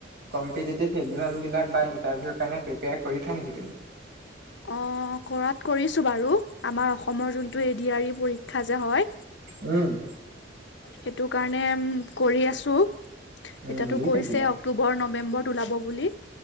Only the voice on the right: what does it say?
কম্পিটেটিভ ইগ্ৰণ <unintelligible> বিলাক বা ইণ্টাৰভিউ কাৰণে প্ৰিপেয়াৰ কৰিছা নেকি তুমি
উম
উম দি
থাকিবা